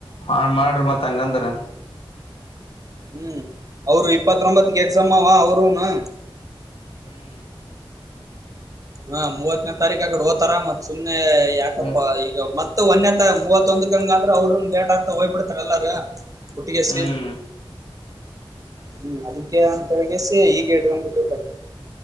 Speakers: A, on the left (about 80°); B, on the right (about 35°).
A: ಹ ಮಾಡ್ರಿ ಮತ್ತ ಹಂಗಂದ್ರ
B: ಹ್ಮ್ ಅವರು ಇಪ್ಪತರೂಂಬತ್ಕ ಎಕ್ಸಾಮವಾ ಅವರುನು
A: ಹ್ಮ್
B: ಹಾ ಮೂವತ್ನೇ ತಾರಿಕ್ ಆಕಡೆ ಹೊದ ತರಾಮತ್ ಸುಮ್ನೆ ಯಾಕಪ್ಪ
A: ಹ್ಮ್
B: ಈಗ ಮತ್ತ ಒಂದೆ ಮೂವತ್ತೊಂದ ಕಂಗ ಅಂದ್ರೆ ಅವರು ಲೇಟ್ ಆಗ್ತಾ ಹೋಗ್ಬಿಡ್ತರಲ್ಲ <unintelligible> ುಟ್ಟಿಿಗೆಸ
A: ಹ್ಮ್
B: ಹ್ಮ ಅದ ಅಂತಗೆಸ ಈಗ ಇಟ್ಕೊಂಡ್ಬಿಟ್ಟು ಕಡೆ